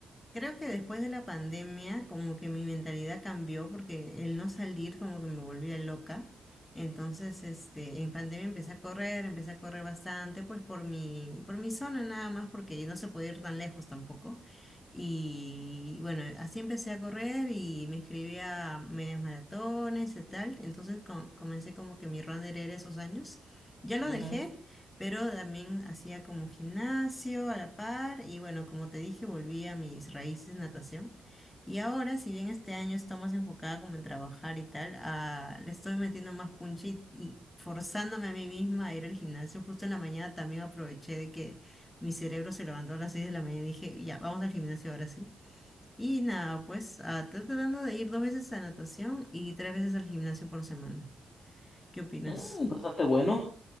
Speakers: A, on the left (about 15°); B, on the left (about 40°).
A: Creo que después de la pandemia, como que mi mentalidad cambió porque el no salir como que me volvía loca. Entonces, este, en pandemia empecé a correr, empecé a correr bastante, pues por mi, por mi zona nada más, porque no se podía ir tan lejos tampoco. Y bueno, así empecé a correr y me inscribí a medias maratones y tal. Entonces com- comencé como que mi run era esos años. Ya lo
B: Ujú.
A: dejé pero también hacía como gimnasio a la par y bueno, como te dije, volví a mis raíces, natación. Y ahora, si bien este año está más enfocada como en trabajar y tal, ah, le estoy metiendo más punch y, y forzándome a mí misma a ir al gimnasio. Justo en la mañana también aproveché de que mi cerebro se levantó a las 6 de la mañana y dije, ya, vamos al gimnasio ahora sí. Y nada, pues ah, estoy tratando de ir dos veces a natación y tres veces al gimnasio por semana. ¿Qué opinas?
B: Mm, bastante bueno.